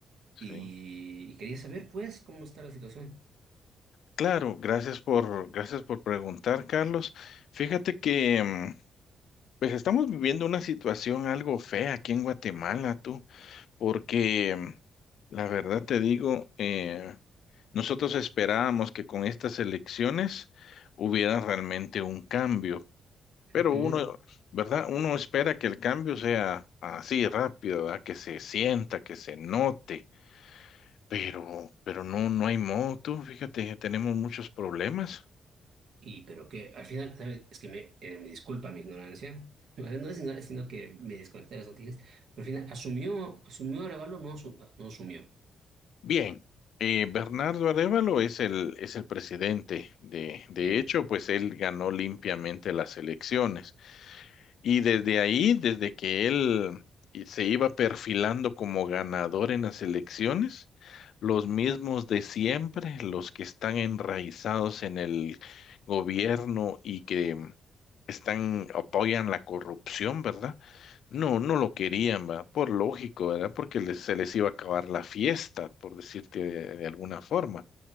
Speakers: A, on the right; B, on the left.
A: y,
B: Sí,
A: y quería saber pues cómo está la situación.
B: Claro, gracias por, gracias por preguntar, Carlos. Fíjate que mm, pues estamos viviendo una situación algo fea aquí en Guatemala, tú, porque mm, la verdad te digo, eh, nosotros esperábamos que con estas elecciones hubiera realmente un cambio. Pero
A: Ujú.
B: uno, ¿verdad? Uno espera que el cambio sea así rápido, ¿verdad? Que se sienta, que se note, pero, pero no, no hay modo, tú, fíjate, tenemos muchos problemas.
A: Y pero que al final, ¿sabes? Es que me, eh, me disculpa mi ignorancia, <laughs> O sea, no es ignorancia, sino que me desconecté de las noticias, pero al final asumió, asumió Arevalo, no, asu- ah, no asumió.
B: Bien, eh, Bernardo Arévalo es el, es el presidente, de, de
A: Ya.
B: hecho, pues él ganó limpiamente las elecciones. Y desde ahí, desde que él y- se iba perfilando como ganador en las elecciones, los mismos de siempre, los que están enraizados en el gobierno y que están, apoyan la corrupción, ¿verdad? No, no lo querían, ¿verdad? Por lógico, ¿verdad? Porque les- se les iba a acabar la fiesta, por decirte de de alguna forma.